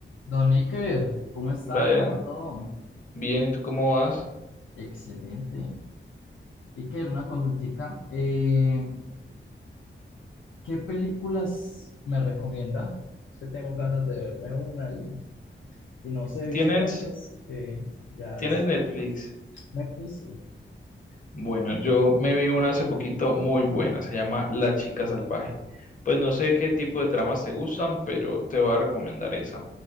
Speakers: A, on the left; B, on the left.
A: Don Iker, ¿cómo está?
B: Brian,
A: ¿Cómo va todo?
B: bien, ¿y tú cómo vas?
A: Excelente. Iker, una consultica. eh, ¿qué películas me recomienda? Es que tengo ganas de verme una y, y no sé, he
B: ¿Tienes,
A: visto tantas que ya
B: tienes
A: es-
B: Netflix?
A: Netflix, sí.
B: Bueno, yo me vi una hace poquito muy buena, se llama La chica salvaje. Pues no sé qué tipo de tramas te gustan, pero te voy a recomendar esa.